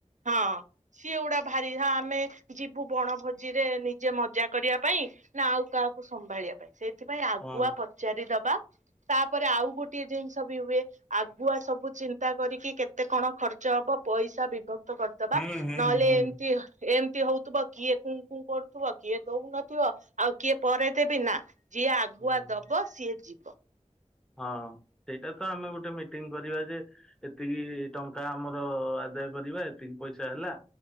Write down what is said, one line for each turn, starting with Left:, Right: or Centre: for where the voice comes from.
Right: ହଁ ସିଏ ଗୁଡା ଭାରିଥା ଆମେ ଯିବୁ ବଣ ଭୋଜିରେ ନିଜେ ମଜା କରିବା ପାଇଁ, ନା ଆଉ କାହାକୁ ସମ୍ଭାଳିବା ପାଇଁ। ସେଇ ଥିପାଇଁ ଆଗୁଆ
Centre: ହଁ
Right: ପଚାରିଦବା। ତାପରେ ଆଉ ଗୋଟଏ ଜିନିଷ ବି ହୁଏ, ଆଗୁଆ ସବୁ ଚିନ୍ତା କରିକି କେତେ କଣ ଖର୍ଚ୍ଚ ହବ ପଇସା ବିଭକ୍ତ କରିଦବା।
Centre: ହୁଁ ହୁଁ
Right: ନହେଲେ
Centre: ହୁଁ।
Right: ଏମିତି ଏମ ହଉଥିବ, କିଏ କୁଁ କୁଁ କରୁଥିବ, କିଏ ଦଉନଥିବ ଆଉ କିଏ ପରେ ଦେବି, ନା ଯିଏ ଆଗୁଆ
Centre: ହୁଁ।
Right: ଦବ ସିଏ ଯି
Centre: ହଁ ସେଇଟା ତ ଆମେ ଗୋଟେ ମିଟିଂ କରିବା ଯେ, ଏତିକି ଟଙ୍କା ଆମର ଆଦାୟ କରିବା, ଏତିକି ପଇସା ହେଲା,